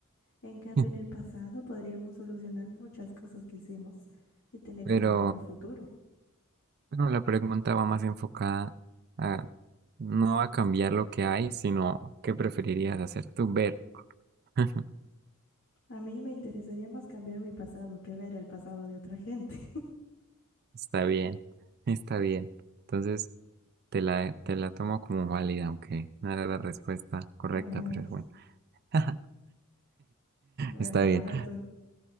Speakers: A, on the left; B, on the right.
A: En cambio,
B: <laughs>
A: en el pasado podríamos solucionar muchas cosas que hicimos y tener
B: Pero
A: un mejor futuro.
B: bueno, la pregunta va más enfocada a no a cambiar lo que hay, sino qué preferirías hacer tú ver. <laughs>
A: A mí me interesaría más cambiar mi pasado que ver el pasado de otra gente.
B: Está bien, está bien. Entonces te la, te la tomo como válida, aunque no era la respuesta correcta,
A: <laughs> Ay,
B: pero es bueno. <laughs>
A: bueno,
B: Está bien.
A: ahora tú.